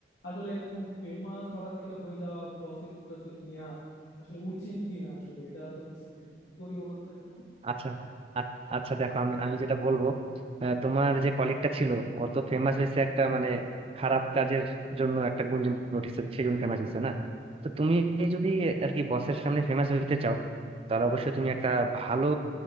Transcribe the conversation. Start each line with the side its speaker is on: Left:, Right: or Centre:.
Left: আসলে এরকম ফেমাস হঠাৎ করে হয়ে যাওয়া গসিপ টসিপ নিয়া আসলে উচিত কি না আসলে এটা তো বুঝতেছি না কি করি বলতো এরকম
Right: আচ্ছা আ- আচ্ছা দেখো আমি আমি যেটা বলবো আহ, তোমার যে কলিগটা ছিল ও তো ফেমাস হয়েছে একটা মানে খারাপ কাজের জন্য একটা গুঞ্জন উঠেছে সেই জন্য ফেমাস হয়েছে না তো তুমি যদি আর কি বসের সামনে ফেমাস হতে চাও তাহলে অবশ্যই তুমি একটা ভালো